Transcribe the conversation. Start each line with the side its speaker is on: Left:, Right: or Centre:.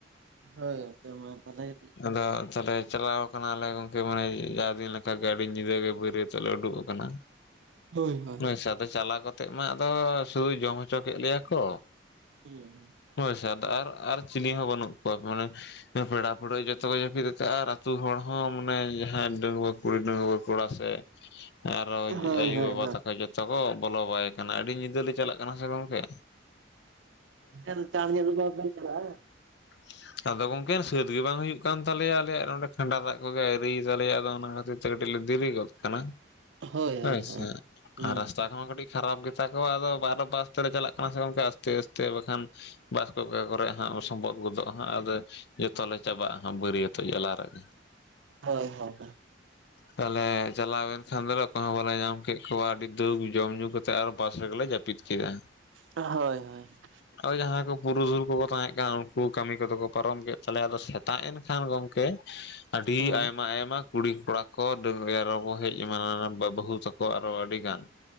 Right: ᱦᱳᱭ ᱜᱚᱢᱠᱮ ᱢᱟ ᱛᱟ ᱦᱚᱞᱮ ᱠᱟᱴᱤᱡ
Left: ᱟᱫᱚ ᱛᱟᱦᱚᱞᱮ ᱪᱟᱞᱟᱣ ᱠᱟᱱᱟᱞᱮ ᱜᱚᱝᱠᱮ ᱢᱟᱱᱮ ᱟᱵᱤᱱ ᱞᱮᱠᱟ ᱜᱮ ᱟᱹᱰᱤ ᱧᱤᱫᱟᱹᱜᱮ ᱵᱟᱹᱨᱭᱟᱹᱛᱚᱜ ᱞᱮ ᱩᱰᱩᱠ ᱟᱠᱟᱱᱟ᱾ ᱦᱟᱱᱟᱜ
Right: ᱦᱳᱭ ᱦᱳᱭ
Left: ᱱᱩᱭ ᱥᱟᱣ ᱪᱟᱞᱟᱣ ᱠᱟᱛᱮ ᱢᱟ ᱟᱫᱚ᱾ ᱥᱩᱭ ᱡᱚᱢ ᱦᱚᱪᱚ ᱠᱮᱫ ᱞᱮᱭᱟ ᱠᱚ
Right: ᱦᱩᱸ
Left: ᱦᱳᱭ ᱥᱮ ᱥᱟᱛ ᱟᱨ ᱟᱨ ᱪᱤᱞᱤ ᱦᱚᱸ ᱵᱟᱹᱱᱩᱜ ᱠᱚᱣᱟ ᱢᱟᱱᱮ᱾ ᱯᱮᱲᱟ ᱯᱟᱹᱲᱦᱟᱹᱜ ᱡᱚᱛᱚ ᱠᱚ ᱡᱟᱹᱯᱤᱫ ᱟᱠᱟᱫᱼᱟ ᱟᱨ ᱟᱹᱛᱩᱳ ᱦᱚᱲ ᱦᱚᱸ ᱢᱟᱱᱮ ᱡᱟᱦᱟᱸᱭ ᱰᱟᱺᱜᱩᱣᱟᱹ ᱠᱩᱲᱤ ᱰᱟᱺᱜᱩᱣᱟᱹ ᱠᱚᱲᱟ᱾ ᱛᱮ ᱟᱨ ᱦᱚᱸ
Right: ᱦᱳᱭ
Left: ᱟᱭᱩ
Right: ᱦᱳᱭ
Left: ᱵᱟᱵᱟ
Right: ᱦᱳᱭ
Left: ᱛᱠᱚ ᱡᱮ ᱛᱚᱜᱚ ᱵᱚᱞᱚ ᱵᱟᱭᱮ ᱠᱟᱱᱟ ᱟᱹᱰᱤ ᱧᱤᱫᱟᱹ ᱞᱮ ᱪᱟᱞᱟᱜ ᱠᱟᱱᱟ ᱥᱮ ᱜᱚᱢᱠᱮ
Right: ᱛᱮᱦᱮᱧ ᱫᱚ ᱛᱟᱲ ᱧᱮᱞ ᱵᱟᱵᱩᱱ ᱪᱟᱞᱟᱜ-ᱟ᱾
Left: <unintelligible> ᱟᱫᱚ ᱜᱚᱝᱠᱮ ᱥᱟᱹᱛ ᱜᱮ ᱵᱟᱝ ᱦᱩᱭᱩᱜ ᱠᱟᱱ ᱛᱟᱞᱮᱭᱟ ᱟᱞᱮᱭᱟᱜ ᱱᱚᱰᱮ ᱠᱷᱟᱸᱰᱟ ᱫᱟᱜ ᱠᱚᱜᱮ ᱟᱹᱨᱤᱭ ᱛᱟᱞᱮ ᱟᱫᱚ ᱚᱱᱟ ᱠᱷᱟᱹᱛᱤᱨᱼᱼ ᱠᱟᱹᱴᱤᱡ ᱞᱮ ᱫᱮᱨᱤ ᱜᱚᱫ ᱠᱟᱱᱟ
Right: ᱦᱳᱭ ᱦᱳᱭ
Left: ᱦᱥᱮ
Right: ᱦᱳᱭ ᱦᱩᱸ
Left: ᱟᱨ ᱨᱟᱥᱛᱟ <unintelligible> ᱱᱚᱣᱟ ᱠᱟᱹᱴᱤᱡ ᱠᱷᱟᱨᱟᱯ ᱜᱮᱛᱟ ᱠᱚᱣᱟ ᱟᱫᱚ ᱟᱨᱦᱚᱸ ᱵᱟᱥ ᱛᱮᱞᱮ ᱪᱟᱞᱟᱜ ᱠᱟᱱᱟ ᱥᱮ ᱜᱚᱝᱠᱮ ᱟᱥᱛᱮ ᱟᱥᱛᱮ ᱟᱨ ᱵᱟᱠᱷᱟᱱᱼᱼ ᱵᱟᱥ ᱠᱚ ᱚᱠᱟ ᱠᱚᱨᱮ ᱦᱟᱸᱜ ᱥᱚᱵᱚᱫ ᱜᱚᱫᱚᱜᱼᱟ ᱦᱟᱸᱜ ᱟᱫᱚ᱾ ᱡᱚᱛᱚᱞ ᱞᱮ ᱪᱟᱵᱟᱜᱼᱟ ᱵᱟᱹᱨᱭᱟᱹᱛᱚᱜ ᱡᱟᱞᱟ ᱨᱮᱭ᱾
Right: ᱦᱳᱭ ᱦᱳᱭ <unintelligible>
Left: ᱛᱟᱦᱞᱮ ᱪᱟᱞᱟᱜ ᱵᱮᱱ <inaudible> ᱟᱠᱚᱭ ᱦᱚᱸ ᱵᱟᱞᱮ ᱧᱟᱢ ᱠᱮᱫ ᱠᱚᱣᱟ ᱟᱹᱰᱤ ᱫᱩᱠ ᱡᱚᱢ ᱧᱩᱩ ᱠᱟᱛᱮᱫ ᱟᱨ ᱦᱚᱸ ᱯᱟᱥ ᱨᱮᱜᱮᱞᱮ ᱡᱟᱹᱯᱤᱫ ᱠᱮᱫᱟ᱾
Right: ᱦᱳᱭ ᱦᱳᱭ <unintelligible>
Left: ᱦᱚᱭ ᱡᱟᱦᱟᱸᱭ ᱠᱚ ᱵᱩᱨᱩ ᱥᱩᱨ ᱠᱚᱠᱚ ᱛᱟᱦᱮᱸ ᱠᱟᱱ ᱩᱱᱠᱩ ᱠᱟᱹᱢᱤ ᱠᱚᱫᱚ ᱠᱚ ᱯᱟᱨᱚᱢ ᱠᱮᱫ ᱛᱟᱞᱮᱭᱟ ᱟᱫᱚ ᱛᱟᱜ ᱮᱱ ᱠᱷᱟᱱ ᱜᱚᱝᱠᱮ ᱟᱹᱰᱤ
Right: ᱦᱩᱸ
Left: ᱟᱭᱢᱟ ᱟᱭᱢᱟ ᱠᱩᱲᱤ ᱠᱚᱲᱟ ᱠᱚ ᱫᱟᱲ ᱨᱮ ᱨᱚᱦᱮ ᱦᱮᱡ ᱮᱢᱟᱱ ᱮᱢᱟᱱ ᱵᱟᱵᱩ ᱵᱟᱦᱩ ᱛᱟᱠᱚ ᱟᱨ ᱦᱚᱸ ᱟᱹᱰᱤ ᱜᱟᱱ